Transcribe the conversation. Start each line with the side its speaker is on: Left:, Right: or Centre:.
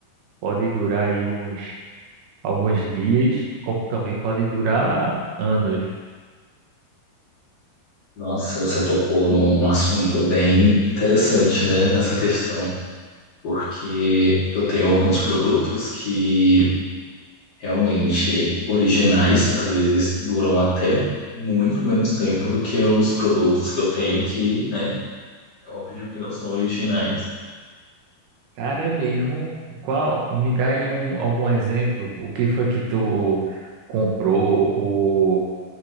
Right: pode durar aí uns alguns dias, como também pode durar anos.
Left: Nossa, você tocou num assunto bem interessante, né, nessa questão, porque eu tenho alguns produtos que realmente originais, às vezes duram até muito menos tempo do que os produtos que eu tenho que, né, é óbvio que não são originais.
Right: Cara, é mesmo. Qual? Me dá aí um, algum exemplo. O que foi que tu comprou?